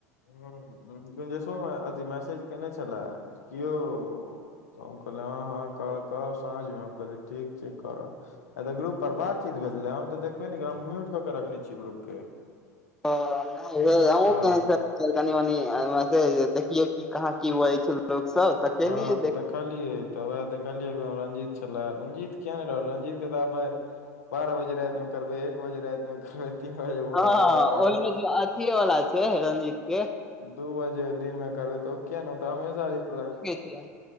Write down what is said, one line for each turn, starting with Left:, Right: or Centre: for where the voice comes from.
Left: हँ गंजेस। तो मे अथि मेसेज केने छेल्ला की यौ तऽ हम कहलियै हँ, हँ कह कह- साँज मे हम कहलियै ठीक छैय करऽ। आय तऽ ग्रुप पर बातचीत भेल छेल्ला हम तऽ देखबै नेै क हम म्यूट कऽ कऽ रखने छियै ग्रुपके-
Centre: ओ नै भेल अहूँ
Left: हँ
Centre: तहन से- कनि मनी <unintelligible> देखियौ की कहाँ की बजै छै लोग सब। तऽ केलियै
Left: हँ देख। देखलियै तऽ उएह देखलियै एकदम रंजीत छल्ला रंजीत किया नै रहत रंजीत के तऽ आब भाय। बारह बजे रैत मे उतरबै एक बजे रैत मे करबै। तीन बजे भोर
Centre: हँ
Left: मे करबै बारह।
Centre: ओहिमे जे अथिये वाला छै रंजीत के
Left: दू बजे दिन मे करबै तऽ किया नै ओता हमेशा रिप्लाई देत।
Centre: किये।